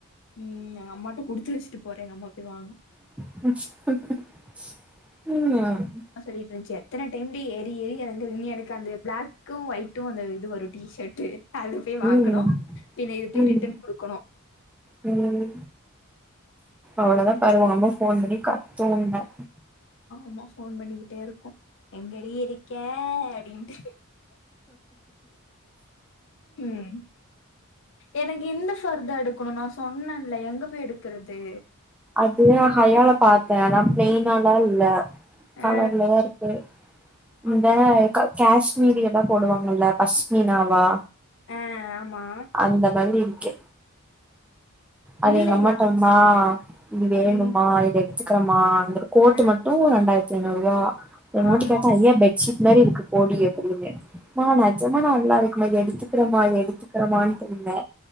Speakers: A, on the left (about 60°); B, in the centre.
A: ம் எங்க அம்மாட்ட குடுத்து வச்சிட்டு போறே எங்க அம்மா போய் வாங்கு
B: ம்
A: அதா சொல்லிருந்துச்சு எத்தன டைம்டி ஏறி ஏறி எறங்குவிங்க அந்த ப்ளாக்கு ஒயட்டு அந்த இது வரு டி ஷர்ட் ட்டு அது போயி வாங்கணு
B: ம்
A: பின்ன இது போய்
B: ம்
A: ரிட்டன் குடுக்கணு
B: ம் அவ்ளோதா பாரு உங்க அம்மா ஃபோன் பண்ணி கத்து உன்ன
A: ஆமா ஃபோன் பண்ணிக்கிட்டே இருக்கு எங்கடி இருக்கே அப்டின்ட்டு ம் எனக்கு இந்த ஃபர்தார் எடுக்கணு நா சொன்னேன்ல எங்க போய் எடுக்கறது
B: அது நா ஹையால பாத்தே ஆனா ப்ளைன்னால்ல இல்ல கலர்லதா
A: ஆ
B: இருக்கு இந்த
A: அப்டியா
B: கல காஷ்மீரியதா போடுவாங்கல்ல பஷ்மினாவா
A: ஆ ஆமா
B: அந்தமாதிரி இருக்கு அது
A: இல்லையா
B: எங்க அம்மாட்ட மா இது வேணுமா
A: ம்
B: இது எடுத்துக்கறமா அந்த கோட்டு
A: ஆ
B: மட்டு ரெண்டாயிரத்தி ஐநூறு ரூபா என்னாவாட்டி
A: ஆமா
B: கேட்டா அய்ய பெ்ஷீட் மாரி இருக்கு போடி அப்டின்னே நான நிஜமா நல்லா இருக்குமா இத எடுத்துக்கறமா எடுத்துக்கறமான்னு சொன்னே